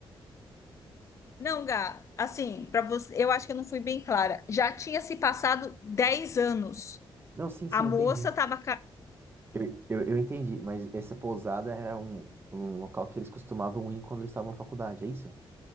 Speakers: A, on the left; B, on the right.
A: Não, Gá, assim, para você, eu acho que eu não fui bem clara. Já tinha se passado 10 anos.
B: Não, sim, sim,
A: A moça
B: eu entendi.
A: estava
B: Eu, eu, eu entendi, mas essa pousada era um, um local que eles costumavam ir quando eles estavam na faculdade, é isso?